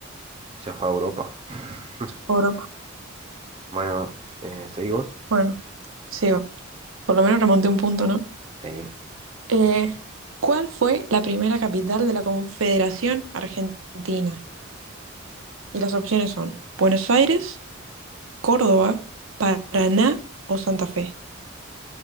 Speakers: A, on the right; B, on the right.
A: Se fue a Europa. <laughs>
B: Europa.
A: Bueno, eh, ¿seguimos?
B: Bueno, sigo. Por lo menos remonté un punto, ¿no?
A: Sí.
B: Eh, ¿cuál fue la primera capital de la Confederación Argentina? Y las opciones son Buenos Aires, Córdoba, Paraná o Santa Fe.